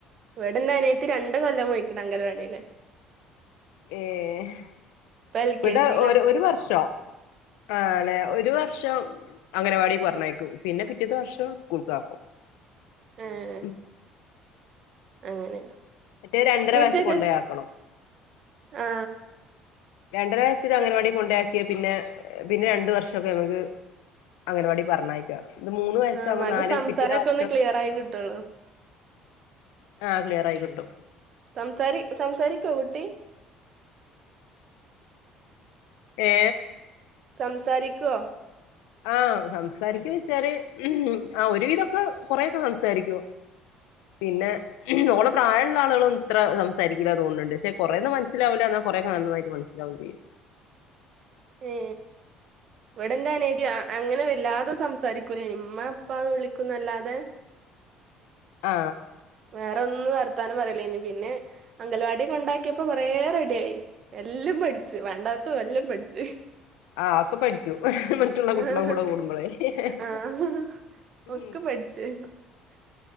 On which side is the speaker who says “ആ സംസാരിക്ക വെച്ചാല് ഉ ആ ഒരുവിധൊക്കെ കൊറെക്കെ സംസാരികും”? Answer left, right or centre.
Left